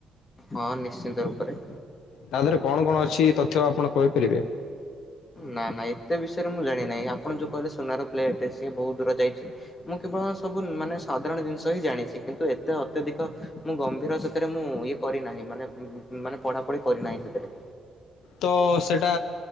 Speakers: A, on the left; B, on the left.
A: ହଁ ନିଶ୍ଚିନ୍ତ ରୂପରେ।
B: ତା ଦେହରେ କଣ କଣ ଅଛି ତଥ୍ୟ ଆପଣ କହିପାରିବେ?
A: ନା ନା ଏତେ ବିଷୟରେ ମୁଁ ଜାଣି ନାହିଁ, ଆପଣ ଯୋଉ କହିଲେ ସୁନାର ପ୍ଲେଟ୍, ସିଏ ବହୁ ଦୂର ଯାଇଚି। ମୁଁ କେବଳ ସବୁ ମାନେ ସାଧାରଣ ଜିନିଷ ହିଁ ଜାଣିଚି କିନ୍ତୁ ଏତେ ଅତ୍ୟଧିକ ମୁଁ ଗମ୍ଭୀର ସେଥିରେ ମୁଁ ଇଏ କରିନାହିଁ ମାନେ ମାନେ ପଢାପଢି କରିନାହିଁ ସେଥିରେ।
B: ତ ସେଟା